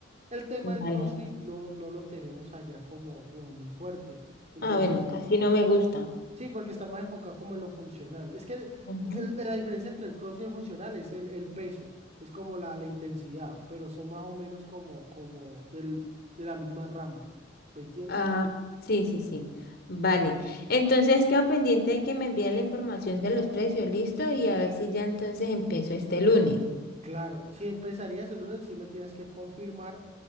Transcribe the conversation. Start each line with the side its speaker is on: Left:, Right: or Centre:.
Right: El tema
Left: vale.
Right: del CrossFit no, no lo tenemos allá como, como muy fuerte. Entonces,
Left: Ah, bueno, casi no me gusta.
Right: sí, porque está más enfocado como en lo funcional. Es que
Left: Ujú.
Right: el- la diferencia entre el CrossFit y el funcional es el, el peso, es como la, la intensidad, pero son más o menos como, como del, de la misma rama. ¿Me entiendes?
Left: Ah, sí, sí, sí. Vale. Entonces quedo pendiente de que me envíen la información de los precios, listo, y a ver si ya entonces empiezo este lunes.
Right: Claro, si empezarías el lunes, sí me tienes que confirmar